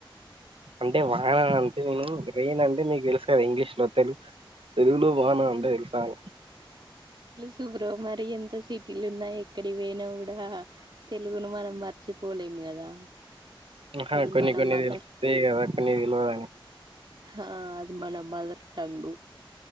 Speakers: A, on the right (about 80°); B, on the right (about 60°).
A: అంటే వాన అంటే నేను రెయిన్ అంటే మీకు తెలుస్తాది ఇంగ్లీష్‌లో తెలుగు తెలుగులో వాన అంటే తెలుసాని
B: సు బ్రో మరి ఎంత సిటీలో ఉన్నా ఎక్కడికి పోయినా కూడా తెలుగును మనం మర్చిపోలేము కదా
A: అక్కడ
B: అది
A: కొన్ని
B: మన
A: కొన్ని
B: మదర్
A: తెలుస్తాయి కదా కొన్ని తెలువదని
B: ఆ అది మన మదర్ టంగు